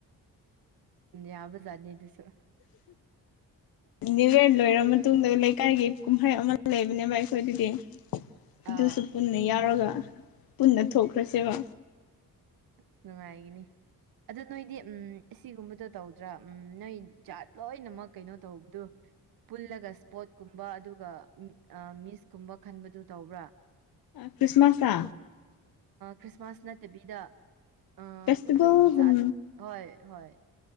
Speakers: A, on the right; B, on the left.
A: ꯌꯥꯕꯖꯥꯅꯤ ꯑꯗꯨꯁꯨ꯫
B: ꯅ꯭ꯌꯨ ꯌꯥꯔ ꯂꯣꯏꯔ ꯃꯇꯨꯡꯗ ꯂꯩꯀꯥꯏꯒꯤ ꯀꯨꯝꯍꯩ ꯑꯃ ꯂꯩꯕꯅꯦꯕ ꯑꯩꯈꯣꯏꯗꯗꯤ ꯑꯗꯨꯁꯨ
A: ꯑꯥ
B: ꯄꯨꯟꯅ ꯌꯥꯎꯔꯒ ꯄꯨꯟꯅ ꯊꯣꯛꯈ꯭ꯔꯁꯦꯕ
A: ꯑꯁ ꯅꯨꯡꯉꯥꯏꯒꯅꯤ ꯑꯗꯨ ꯅꯣꯏꯗꯤ ꯎꯝ ꯑꯁꯤꯒꯨꯝꯕꯗꯣ ꯇꯧꯗ꯭ꯔꯥ ꯎꯝ ꯅꯣꯏ ꯖꯥꯠ ꯂꯣꯏꯅꯃꯛ ꯀꯩꯅꯣ ꯇꯧꯕꯗꯨ ꯄꯨꯜꯂꯒ ꯏꯁꯄꯣꯔꯠꯀꯨꯝꯕ ꯑꯗꯨꯒ ꯃꯤꯁꯀꯨꯝꯕ ꯈꯟꯕꯗꯨ ꯇꯧꯕ꯭ꯔꯥ
B: ꯈ꯭ꯔꯤꯁꯃꯥꯁꯇ
A: ꯈ꯭ꯔꯤꯁꯃꯥꯁ ꯅꯠꯇꯕꯤꯗ ꯑꯩꯈꯣꯏ
B: ꯐꯦꯁꯇꯤꯚꯦꯜꯒꯨꯝ
A: ꯖꯥꯠ ꯍꯣꯏ ꯍꯣꯏ꯫